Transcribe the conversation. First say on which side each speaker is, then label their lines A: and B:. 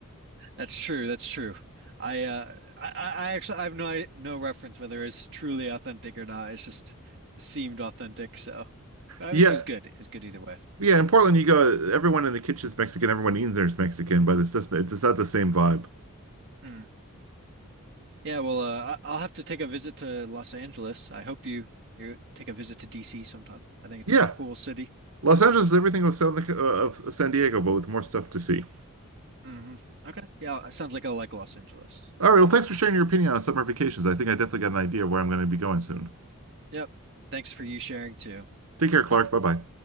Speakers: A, on the right (about 55°); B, on the right (about 80°).
A: That's true. That's true. I uh I, I I actually I have no I, no reference whether it's truly authentic or not. It's just seemed authentic. So, but I
B: Yeah,
A: mean, it was good. It was good either way.
B: yeah, in Portland you go, everyone in the kitchen's Mexican, everyone eating there's Mexican, but it's just it's not the same vibe.
A: Mm. Yeah. Well, uh, I- I'll have to take a visit to Los Angeles. I hope you you take a visit to DC sometime. I think it's
B: Yeah.
A: a cool city.
B: Los Angeles is everything of San, uh, of San Diego, but with more stuff to see.
A: hmm Okay. Yeah. Sounds like I like Los Angeles.
B: All right. Well, thanks for sharing your opinion on summer vacations. I think I definitely got an idea of where I'm going to be going soon.
A: Yep. Thanks for you sharing too.
B: Take care, Clark.
A: Bye.
B: Bye bye.